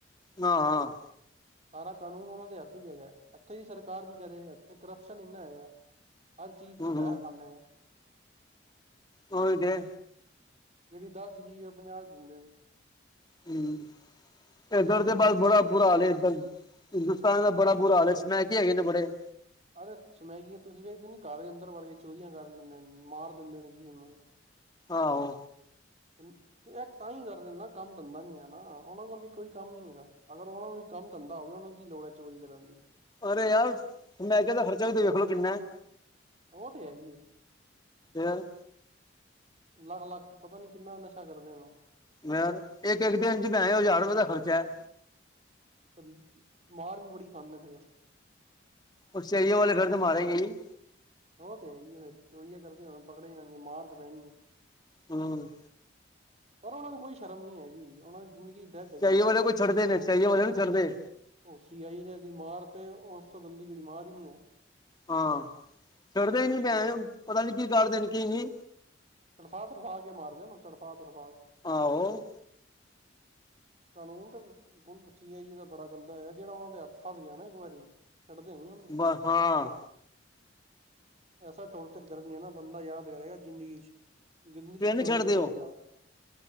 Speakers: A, on the left; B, on the right.
A: ਹਾਂ।
B: ਸਾਰਾਂ ਕਾਨੂੰਨ ਉਹਨਾਂ ਦੇ ਹੱਥ ਵਿਚ ਹੈਗਾ, ਇੱਥੇ ਦੀ ਸਰਕਾਰ ਕੀ ਕਰੇ ਇੱਥੇ ਕਰਪਸ਼ਨ ਏਨਾ ਹੈਗਾ। ਹਰ ਚੀਜ਼
A: ਹੂੰ
B: ਚ ਪੈਹਾ
A: ਹੂੰ
B: ਖਾਂਦੇ ਨੇਂ
A: ੳਹੀ‌ ਤੇ।
B: ਜਿਹੜੀ ਦਸ ਦੀ ਚੀਜ਼ ਆ, ਉਹ ਪੰਜਾਹ ਦੀ ਦਿੰਦੇਂ ਨੇਂ
A: ਹੂੰ,
B: ਹੁਣ
A: ਏਧਰ
B: ਤੁਸੀਂ ਦਵਾਈ
A: ਦੇ ਬਸ ਬੁੜਾ ਬੁਰਾ ਹਾਲ ਏ ਏਧਰ, ਹਿੰਦੁਸਤਾਨ ਦਾ ਬੜਾ ਬੁਰਾ ਹਾਲ ਏ ਸਮੈਕਿਏ ਹੈਗੇ ਨੇ ਬੜੇ
B: ਅਰੇ ਸਮੈਕੀਏ ਤੁਸੀਂ ਵੇਖਦੇ ਨੀ ਘਰ ਦੇ ਅੰਦਰ ਵੜ ਕੇ ਚੋਰੀਆਂ ਕਰ ਲੇਦੇ ਨੇ ਮਾਰ ਦਿੰਦੇਂ ਨੇ ਕੀਹਨੂੰ
A: ਆਹੋ।
B: ਇਹ ਤਾਂ ਹੀ ਕਰ ਰਹੇ ਨਾ ਕੰਮ ਧੰਦਾ ਨੀ ਹੈ ਨਾ ਉਹਨਾਂ ਕੋਲ ਵੀ ਕੋਈ ਕੰਮ ਨੀ ਹੈਗਾ। ਅਗਰ ਉਹਨਾ ਨੂੰ ਵੀ ਕੰਮ ਧੰਦਾ ਹੋਵੇ ਉਹਨਾਂ ਨੂੰ ਕੀ ਲੋੜ ਐ ਚੋਰੀ ਕਰਨ ਲਈ।
A: ਅਰੇ ਯਾਰ ਮੈ ਕਿਹਾ ਦਾ ਖਰਚਾ ਵੀ ਵਖਲੋ ਕਿੰਨਾ ਐ।
B: ਉਹ ਤੇ ਹੈ ਹੀ ਏ।
A: ਯਾਰ
B: ਲੱਖ- ਲੱਖ ਪਤਾ ਨੀ ਕਿੰਨਾ ਨਸ਼ਾ ਕਰਦੇ ਨੇ ਉ।
A: ਯਾਰ ਇੱਕ- ਇੱਕ ਦਿਨ ਚ ਭੈਣਚੌ ਹਜ਼ਾਰ ਰੁਪਏ ਦਾ ਖਰਚਾ ਐ।
B: ਤੇ ਮਾਰ ਵੀ ਬੜੀ ਖਾਂਦੇ ਨੇ ਫੇਰ।
A: ਉ ਸਈਉ ਵਾਲੇ ਫੇਰ ਤੇ ਮਾਰੇ ਗੇ ਈ।
B: ਉਹ ਤੇ ਹੈ ਹੀ ਐ ਫੇਰ, ਚੋਰੀਆਂ ਕਰਦੇ ਹੋਣ ਪਕੜੇ ਜਾਣਗੇ ਮਾਰ ਤੇ ਪੈਣੀ।
A: ਹੂੰ।
B: ਪਰ ਉਹਨਾਂ ਨੂੰ ਕੋਈ ਸ਼ਰਮ ਨੀ ਹੈਗੀ ਉਹਨਾਂ ਦੀ ਜ਼ਿੰਦਗੀ, ਡੈਡ ਹੈਗੀ
A: ਚਾਹੀਏ
B: ਹੈ।
A: ਵਾਲੇ ਕੋ ਛੱਡਦੇ ਨੇ ਚਾਹੀਏ ਵਾਲੇ ਨੀ ਛੱਡਦੇ।
B: ਉ ਸੀਆਈ ਨੇ ਦੀ ਮਾਰ ਤੇ ਉਸ ਤੋਂ ਗੰਦੀ ਕੋਈ ਮਾਰ ਈ ਨੀ ਐ।
A: ਹਾਂ ਛੱਡਦੇ ਹੀ ਨੀ
B: ਹੈ
A: ਭੈਣਚੋ ਪਤਾ ਨੀ ਕੀ ਕਰਦੇ ਨੇ ਕੀ ਨੀ।
B: ਤੜਫਾ- ਤੜਫਾ ਕੇ ਮਾਰਦੇ ਨੇ ਤੜਫਾ- ਤੜਫਾ ਕੇ।
A: ਆਹ ਹੋ।
B: ਕਾਨੂੰਨ ਤੇ ਸੀ ਆਈ ਈ ਦਾ ਬੜਾ ਗੰਦਾ ਹੈਗਾ, ਜਿਹੜਾ ਉਹਨਾਂ ਦੇ ਹੱਥ ਫਸ ਗਿਆ ਨਾ ਇੱਕ ਵਾਰੀ। ਛੱਡਦੇ ਨੀ ਉਹਨੂੰ,
A: ਬ ਹਾਂ
B: ਐਸਾ ਟੋਰ- ਚਰ ਕਰਨਗੇ ਨਾ ਬੰਦਾ ਯਾਦ ਕਰੇਗਾ ਜ਼ਿੰਦਗੀ ਚ ਜਿੰਦਗੀ
A: ਫਿਰ
B: ਚੋਰੀ
A: ਛੱਡਦੇ
B: ਨੀ ਕਰੇਗਾ।
A: ਉਹ